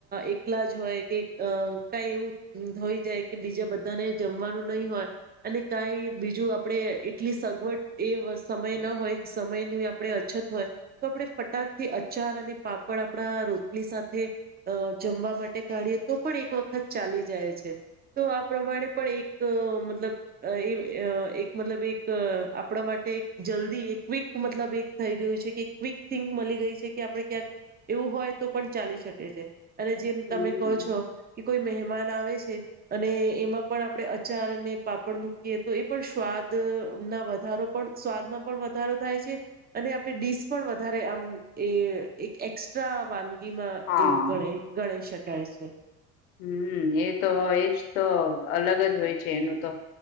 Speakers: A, on the right; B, on the left.
A: એકલા જ હોય કે કઈ એવું. થઈ જાય કે બીજા બધાને જમવાનું નહીિ હોય અને કાઈ બીજું આપડણે એટલી સગવડ એ સમય ન હોય કે સમયની આપણે અછત હોય તો આપણે ફટાકથી અચાર અને પાપડ આપણા રોટલી સાથે અ જમવા માટે કાઢીએ તો પણ એક વખત ચાલી જ. જાય છે તો આ પ્રમાણે પણ એક મતલબ એ એક મતલબ એક આપણા માટે એક જલ્દી એક ક્વિક મતલબ એક થઈ ગયું છે કે ક્વિક થિંક મળી ગઈ છે કે આપણે ક્યાંક એવું હોય તો પણ ચાલી શકે છે. અને જેમ તમે
B: હમ
A: કહો છો કે કોઈ મહેમાન આવે છે અને એમાં પણ આપણે અચાર અને પાપડ મૂકીએ તો એ પણ સ્વાદ ના વધારી સ્વાદમાં પણ વધારો થાય છે અને આપણે ડીશ પણ વધારે આમ એક એસ્ટ્રા વાન વાનગી માં
B: હા
A: એ ગણાય ગણાય શકાય છે.
B: હમમ એ તો એજ તો અલગ જ હોય છે એનું તો